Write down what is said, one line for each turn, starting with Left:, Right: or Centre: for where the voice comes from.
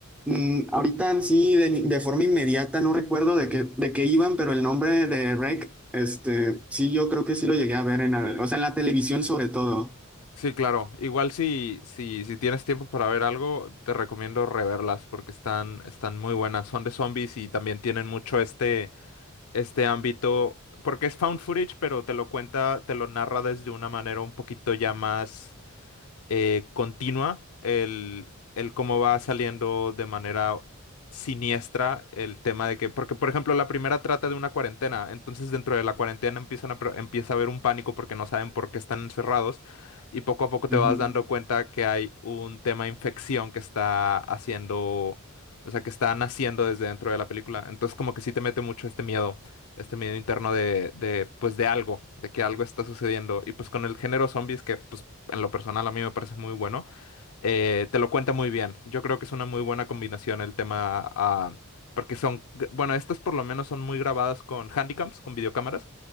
Centre: mm, ahorita sí, de, de forma inmediata no recuerdo de qué, de qué iban, pero el nombre de REC, este, sí, yo creo que sí lo llegué a ver en la, o sea, en la televisión sobre todo.
Left: Sí, claro. Igual si, si, si tienes tiempo para ver algo, te recomiendo reverlas porque están, están muy buenas. Son de zombies y también tienen mucho este este ámbito, porque es found footage, pero te lo cuenta, te lo narra desde una manera un poquito ya más eh, continua, el, el cómo va saliendo de manera siniestra el tema de que, porque por ejemplo la primera trata de una cuarentena, entonces dentro de la cuarentena empiezan a, pro- empieza a haber un pánico porque no saben por qué están encerrados y poco a poco te
Centre: Ujú.
Left: vas dando cuenta que hay un tema de infección que está haciendo, o sea, que está naciendo desde dentro de la película, entonces como que sí te mete mucho este miedo. Este miedo interno de, de, pues, de algo, de que algo está sucediendo. Y pues con el género zombies, que pues en lo personal a mí me parece muy bueno, eh, te lo cuenta muy bien. Yo creo que es una muy buena combinación el tema, ah, porque son, bueno, estas por lo menos son muy grabadas con handicaps, con videocámaras.